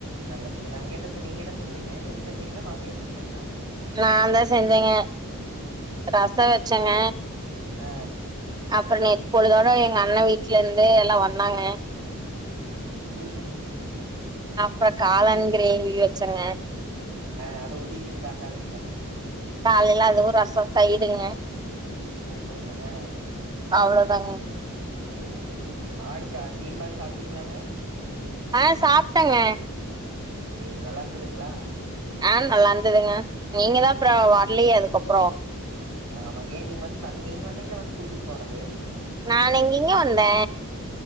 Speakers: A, on the right (about 80°); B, on the right (about 20°).
A: நல்ல சமயல் அங்க என்ன செ நீங்க என்ன செஞ்சீங்க நீங்க செஞ்சீங்களா மாமியார் செஞ்சாங்களா
B: நா தா செஞ்சேங்க ரசம் வச்சேங்க
A: ஆ
B: அப்பறோ நேத்து பொழுதோட எங்க அண்ணே வீட்லருந்து எல்லா வந்தாங்க
A: ம்
B: அப்ப காலான் கிரேவி வச்சங்க
A: ஆ அத ஊத்திட்டீங்க காத்தாலயுமே
B: காலேல அதுவு ரசோ தயிருங்க
A: சூப்பருங்க ஆ
B: அவ்ளோதாங்க
A: சேரி சேரி சேரிங்க மாடுக்கு சீம்பால் சாப்ட்டீங்களாங்க
B: ஆ சாப்ட்டங்க
A: சேரி நல்லா இருந்ததுங்ளா
B: ஆ நல்லா இருந்ததுங்க நீங்க தா அப்றோ வரலையே அதுக்கப்பறோ
A: ஆ ஆமாங்க ஏ நீங் வந் நீங்க வந்தீங்ன்னா வந்து குடுத்துட்டு போறது
B: நானு எங்கங்க வந்தே